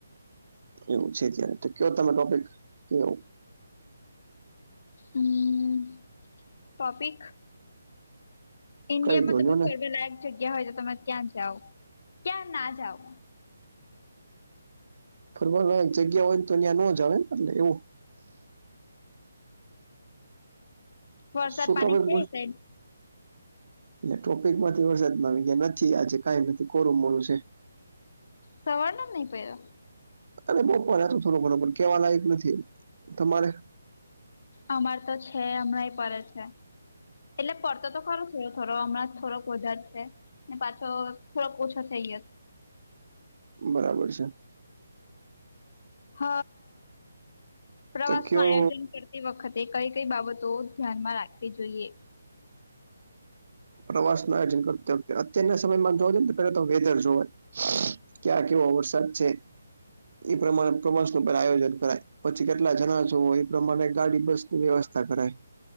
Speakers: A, on the right; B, on the left.
A: એવું છે ત્યારે તો ક્યો તમે ટોપિક ક્યો?
B: અહહ ટોપિક? ઇન્ડિયામાં
A: કહી દો
B: તમે
A: જો ને
B: ફર્વેલાયક જગ્યા હોય તો તમે ત્યાં જાઓ ક્યાં ના જાવ?
A: ફરવા લાયક જગ્યા હોય ને તો યા ન જવાય <inaudible> એવું <unintelligible>
B: વરસાદ પાણી છે એ સાઈડ
A: એટલે ટોપિક માંથી વરસાદ માં ગયા નથી આજે કઈ નથી કોરું મોરૂ છે.
B: સવારનો નઈ પયરો?
A: અરે બપોર હતો થોડો ઘણો કેવા લાયક નથી તમારે?
B: અમાર તો છે, હમણાંય પરે છે. એટલે પડતો તો ખરો છે થોરો થોરો હમણાં થોડોક વધાર છે. ને પાછો થોડોક ઓછો થઈ ગયો.
A: બરાબર સે.
B: હ પ્રવાસ
A: તો કયો
B: નું આયોજન કર તે વખતે કઈ કઈ બાબતો ધ્યાનમાં રાખવી જોઈએ.
A: પ્રવાસ <inaudible> આયોજન <unintelligible> અત્યારના સમયમાં જો <unintelligible> પેલાતો વેધર જોવાય. ક્યાં કેવો વરસાદ છે? એ પ્રમાણે પ્રવાસનું પણ આયોજન કરાય. પછી કેટલા જણા જુવો એ પ્રમાણે ગાડી વસ્તુ વ્યવસ્થા કરાય.